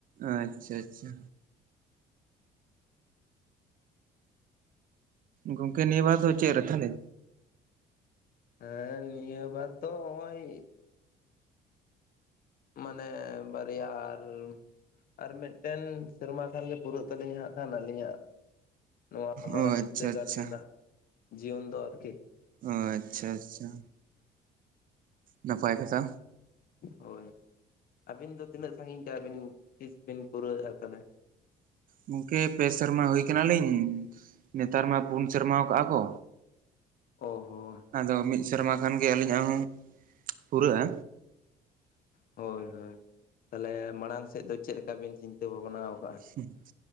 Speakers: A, on the right; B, on the left.
A: ᱟᱪᱪᱷᱟ ᱪᱷᱟ᱾ ᱜᱚᱝᱠᱮ ᱱᱤᱭᱟᱹ ᱵᱟᱨ ᱫᱚ ᱪᱮᱫ ᱨᱮ ᱛᱟᱦᱞᱮ?
B: ᱦᱮᱸ ᱱᱤᱭᱟᱹ ᱵᱟᱨ ᱫᱚ ᱦᱚᱸᱜ-ᱚᱭ ᱢᱟᱱᱮ ᱵᱟᱨᱭᱟ ᱟᱨ ᱟᱨ ᱢᱮᱫᱴᱮᱱ ᱥᱮᱨᱢᱟ ᱠᱷᱟᱱ ᱜᱮ ᱯᱩᱨᱟᱹᱜ ᱛᱟᱹᱞᱤᱧᱟ ᱦᱟᱸᱜ ᱠᱷᱟᱱ ᱟᱹᱞᱤᱧᱟᱜ ᱱᱚᱣᱟ ᱢᱟᱨᱟᱝ
A: ᱚ ᱟᱪᱪᱷᱟ
B: ᱵᱤᱫᱽᱫᱟᱹᱜᱟᱲ
A: ᱟᱪᱪᱷᱟ
B: ᱨᱮᱱᱟᱜ ᱡᱤᱭᱚᱱ ᱫᱚ ᱟᱨ ᱠᱤ᱾
A: ᱟᱪᱪᱷᱟ ᱟᱪᱪᱷᱟ᱾ ᱱᱟᱯᱟᱭ ᱠᱟᱛᱷᱟ᱾
B: ᱦᱳᱭ᱾ ᱟᱹᱵᱤᱱ ᱫᱚ ᱛᱤᱱᱟᱹᱜ ᱥᱟᱺᱜᱤᱧ ᱠᱟᱜ-ᱟ ᱵᱤᱱ ᱛᱤᱥ ᱵᱤᱱ ᱯᱩᱨᱟᱹᱣᱮᱜ-ᱟ ᱛᱟᱦᱞᱮ?
A: ᱜᱚᱝᱠᱮ ᱯᱮ ᱥᱮᱨᱢᱟ ᱦᱩᱭ ᱟᱠᱟᱱᱟ ᱞᱤᱧ ᱱᱮᱛᱟᱨ ᱢᱟ ᱯᱩᱱ ᱥᱮᱨᱢᱟ ᱟᱠᱟᱜ-ᱟ ᱠᱚ᱾
B: ᱚ ᱦᱚ᱾
A: ᱟᱫᱚ ᱢᱤᱫ ᱥᱮᱨᱢᱟ ᱠᱷᱟᱱ ᱜᱮ ᱟᱹᱞᱤᱧᱟᱜ ᱦᱚᱸ ᱯᱩᱨᱟᱹᱜ-ᱟ᱾
B: ᱦᱳᱭ ᱦᱳᱭ᱾ ᱛᱟᱦᱞᱮ ᱢᱟᱲᱟᱝ ᱥᱮᱡ ᱫᱚ ᱪᱮᱫᱞᱮᱠᱟ ᱵᱤᱱ ᱪᱤᱱᱛᱟᱹ ᱵᱷᱟᱵᱽᱱᱟᱣ ᱠᱟᱜ-ᱟ?
A: ᱦᱩᱸ,